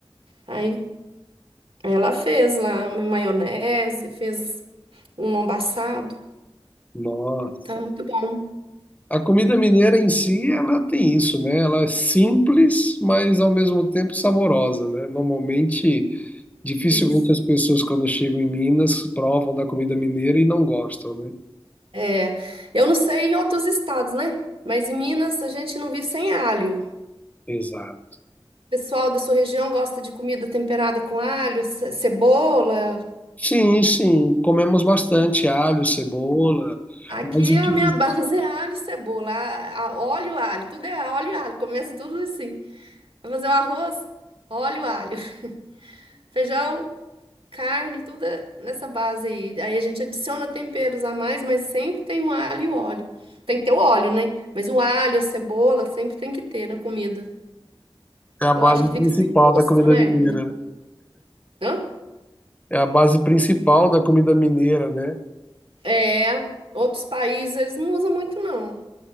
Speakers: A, on the right; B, on the left.
A: Aí ela fez lá uma maionese, fez um lombo assado.
B: Nossa.
A: Tá muito bom.
B: A comida mineira em si, ela tem isso, né? Ela é simples, mas ao mesmo tempo saborosa, né? Normalmente, dificilmente
A: Isso.
B: as pessoas quando chegam em Minas provam da comida mineira e não gostam, né?
A: É, Eu não sei em outros estados, né? Mas em Minas a gente não vive sem alho.
B: Exato.
A: pessoal da sua região gosta de comida temperada com alho, ce- cebola?
B: Sim, sim, comemos bastante alho, cebola,
A: Aqui
B: mas o
A: a
B: que
A: minha base <laughs> é alho, cebola, a- a- óleo, alho, tudo é óleo e alho, começa tudo assim. Vai fazer o arroz, óleo, alho, <laughs> feijão, carne, tudo é nessa base aí. Aí a gente adiciona temperos a mais, mas sempre tem o alho e o óleo. Tem que ter o óleo, né? Mas o alho, a cebola, sempre tem que ter na comida.
B: é a
A: Eu
B: base
A: acho que
B: principal
A: fica sem gosto,
B: da comida
A: né?
B: mineira, né?
A: Hã?
B: É a base principal da comida mineira, né?
A: É, outros países eles não usam muito, não.